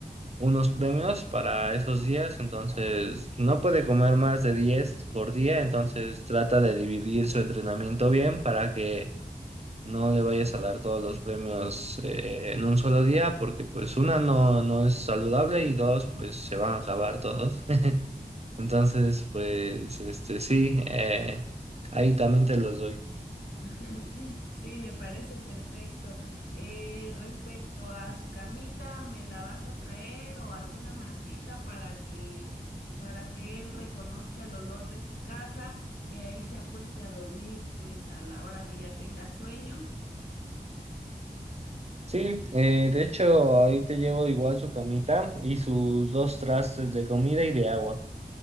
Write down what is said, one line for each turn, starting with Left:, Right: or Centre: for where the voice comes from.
Right: unos premios para esos días, entonces no puede comer más de 10 por día, entonces trata de dividir su entrenamiento bien para que no le vayas a dar todos los premios eh, en un solo día, porque pues una no, no es saludable y dos pues se van a acabar todos. <laughs> Entonces pues este sí, eh, ahí también te los doy.
Left: <laughs> Sí, me parece perfecto. Eh, respecto a su camita, ¿me la vas a traer o alguna mantita para que, para que él reconozca el olor de su casa y ahí se acueste a dormir, pues a la hora que ya tenga sueño?
Right: Sí, eh, de hecho, ahí te llevo igual su camita y sus dos trastes de comida y de agua.